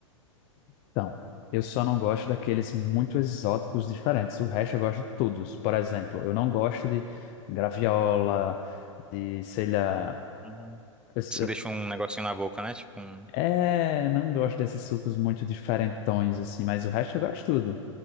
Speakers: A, on the left (about 35°); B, in the centre.
A: Então, eu só não gosto daqueles muito exóticos diferentes. O resto eu gosto de todos. Por exemplo, eu não gosto de graviola, de, sei lá.
B: Uhum.
A: eu s-
B: Você deixa um negocinho na boca, né? Tipo um.
A: É, não gosto desses sucos muito diferentões, assim, mas o resto eu gosto de tudo.